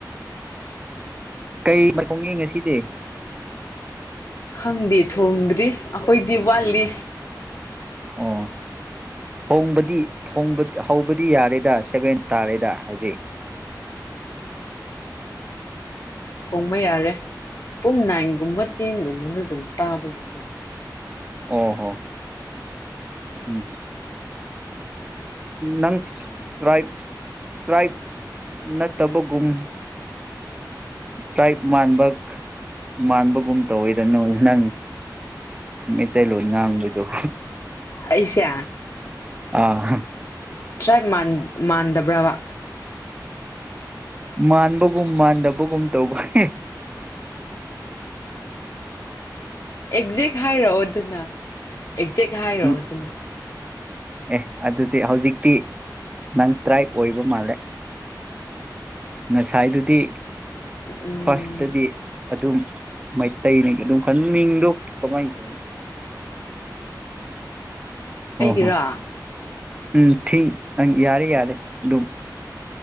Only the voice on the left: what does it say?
ꯈꯪꯗꯦ ꯊꯣꯡꯗ꯭ꯔꯤ ꯑꯩꯈꯣꯏ ꯗꯤꯋꯥꯂꯤ
ꯎꯝ ꯌꯥꯔꯦ ꯄꯨꯡ ꯅꯥꯏ ꯒꯨꯝꯕ ꯇꯦꯟꯒꯨꯝꯕꯅ ꯑꯗꯨꯝ ꯆꯥꯕꯒꯤꯀꯣ
ꯑꯩꯁꯦ
ꯇ꯭ꯔꯥꯏ ꯃꯥꯟꯗꯕ꯭ꯔꯕ
ꯑꯦꯛꯖꯦꯛ ꯍꯥꯏꯔꯛꯑꯣ ꯑꯗꯨꯅ ꯑꯦꯛꯖꯦꯛ ꯍꯥꯏꯔꯛꯑꯣꯗꯨꯅ
ꯎꯝ
ꯑꯩꯒꯤꯔꯥ